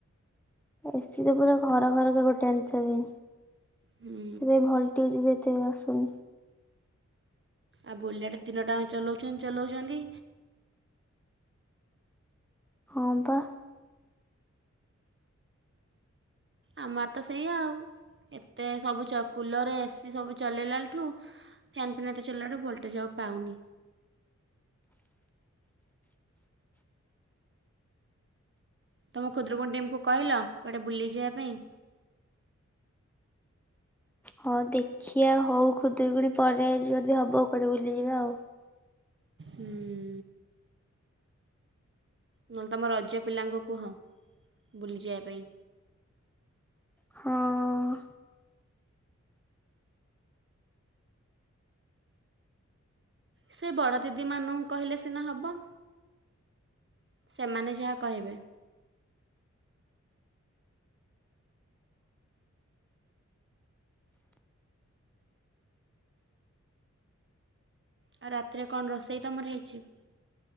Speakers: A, in the centre; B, on the right.
A: ଏସି ତ ପୁରା ଘର ଘର କେ ଗୋଟେ <unintelligible>
B: ହୁଁ
A: <unintelligible> <unintelligible> ଆସୁନି।
B: ଆଉ ବୁଲେଟ୍ ଦିନ ଟାଙ୍କ ଚଲାଉଚନ୍ତି ଚଲାଉଚନ୍ତି।
A: ହଁ ବା।
B: ଆମ ଆଡେ ତ ସେଇଆ ଆଉ ଏତେ ସବୁ ଚକ୍ କୁଲର, ଏସିି ସବୁ ଚଲେଇଲାଠୁ। ଫ୍ୟାନ୍ ଫେନ୍ ଏତେ ଚଲେଇବାରୁ ଭୋଲ୍ଟେଜ ଆଉ ପାଉନି। ତମ ଖୁଦୁରୁକୁୁଣୀ ଟିମ୍କୁ କହିଲ କୁଆଡ଼େ ବୁଲିଯିବା ପାଇଁ?
A: ହଁ ଦେଖିଆ ହଉ ଖୁଦୁରୁକୁଣୀ ପରେ ଯଦି ହବ କୁଆଡେ ବୁଲିଯିବା ଆଉ।
B: ହୁଁ! ନହେଲେ ତମ ରଜ ପିଲାଙ୍କୁ କୁହ ବୁଲିଯିବା ପାଇଁ।
A: ହଁ!
B: ସେ ବଡ଼ ଦିଦିମାନଙ୍କୁ କହିଲେ ସିନା ହବ। ସେମାନେ ଯାହା କହିବେ। ଆଉ ରାତିରେ କଣ ରୋଷେଇ ତମର ହେଇଛି?